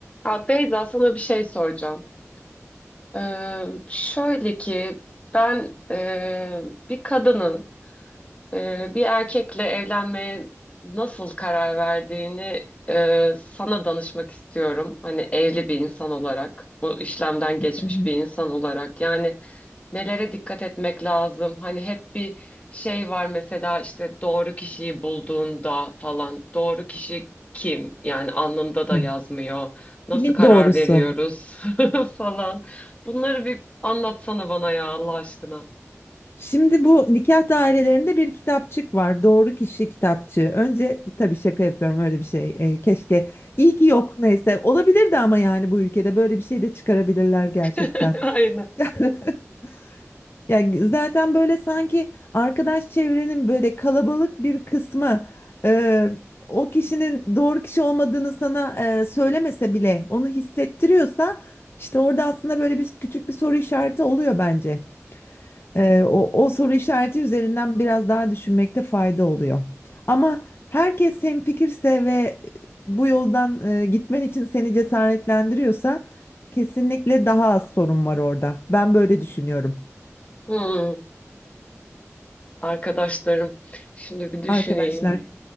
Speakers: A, on the left; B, on the left.
A: Ya Beyza sana bir şey soracağım. Ee, şöyle ki ben e, bir kadının ee, bir erkekle evlenmeye nasıl karar verdiğini e, sana danışmak istiyorum. Hani evli bir insan olarak, bu işlemden geçmiş
B: Evet.
A: bir insan olarak. Yani nelere dikkat etmek lazım? Hani hep bir şey var mesela işte doğru kişiyi bulduğunda falan. Doğru kişi kim? Yani alnında da
B: Kim?
A: yazmıyor. Nasıl
B: Kimin
A: karar
B: doğrusu?
A: veriyoruz <laughs> falan. Bunları bir anlatsana bana ya Allah aşkına.
B: Şimdi bu nikah dairelerinde bir kitapçık var. Doğru kişi kitapçığı. Önce tabii şaka yapıyorum öyle bir şey. E, keşke. İyi ki yok neyse. Olabilirdi ama yani bu ülkede böyle bir şey de çıkarabilirler gerçekten.
A: <laughs> Aynen.
B: <laughs> Yani zaten böyle sanki arkadaş çevrenin böyle kalabalık bir kısmı e, o kişinin doğru kişi olmadığını sana e, söylemese bile onu hissettiriyorsa işte orada aslında böyle bir küçük bir soru işareti oluyor bence. Ee, o, o soru işareti üzerinden biraz daha düşünmekte fayda oluyor. Ama herkes hemfikirse ve bu yoldan e, gitmen için seni cesaretlendiriyorsa kesinlikle daha az sorun var orada. Ben böyle düşünüyorum.
A: Hmm. Arkadaşlarım. Şimdi bir düşüneyim.
B: Arkadaşlar,